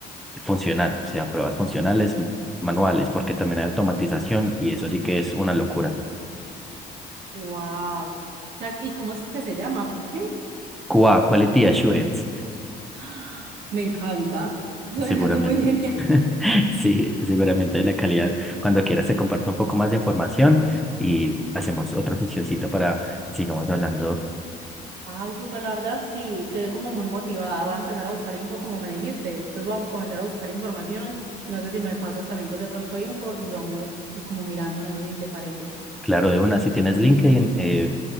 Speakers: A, in the centre; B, on the right.
A: funcional, o sea, pruebas funcionales, m- manuales, porque también hay automatización y eso sí que es una locura.
B: wow. O sea, ¿y cómo es que se llama? ¿Qué?
A: QA, Quality Assurance,
B: <gasps> Me encanta. Suenas
A: seguramente.
B: muy genial.
A: <laughs> Sí, seguramente de la calidad. Cuando quieras te comparto un poco más de información y hacemos otra sesioncita para que sigamos hablando.
B: Ay, súper, la verdad sí, quedé como muy motivada. Voy a empezar a buscar info como me dijiste. Entonces voy a comenzar a buscar información. No sé si me pasas también pues de pronto info y vamos pues como mirando, no sé si te parece.
A: Claro, de una, si tienes LinkedIn, eh,